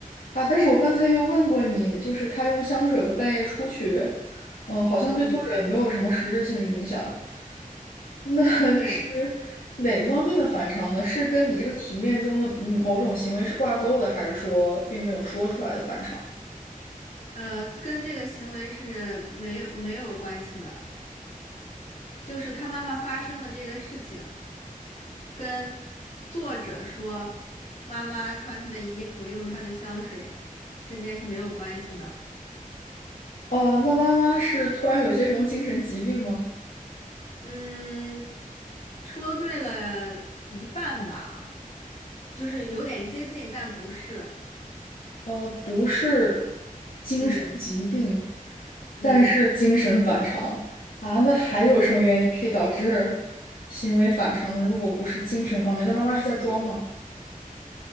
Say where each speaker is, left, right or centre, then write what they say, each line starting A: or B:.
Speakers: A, on the left; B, on the left.
A: 啊，但是我刚才又问过你，就是他用香水和半夜出去，嗯，好像对作者也没有什么实质性的影响。
B: 嗯。
A: 那 <laughs>
B: 对，
A: 是哪方面的反常呢？是跟你这个题面中的嗯某种行为是挂钩的，还是说并没有说出来的反常？
B: 呃，跟这个行为是没有没有关系的，就是他妈妈发生了这个事情，跟作者说妈妈穿他的衣服，用他的香水之间是没有关系的。
A: 哦，那妈妈是突然有些什么精神疾病吗？
B: 嗯，说对了一半吧，就是有点接近，但不是。
A: 呃，不是精神疾病，
B: 嗯嗯，
A: 但是精神反常啊，那还有什么原因可以导致行为反常呢？如果不是精神方面，那妈妈是在装吗？